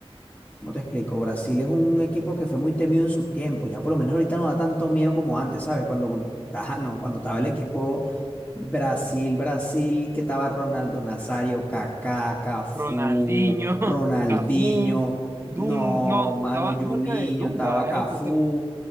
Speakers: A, on the left; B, on the right.
A: ¿cómo te explico? Brasil es un equipo que fue muy temido en sus tiempos. Ya por lo menos ahorita no da tanto miedo como antes, ¿sabes? Cuando, ah, no, cuando estaba el equipo Brasil, Brasil, que estaba Ronaldo Nazario, Kaká, Cafú,
B: Ronaldinho, <laughs>
A: Ronaldinho,
B: Cafú,
A: no,
B: Dun, no,
A: mano,
B: estaba,
A: Juninho,
B: ¿cómo era que? Dunga
A: estaba Cafú,
B: era el portero.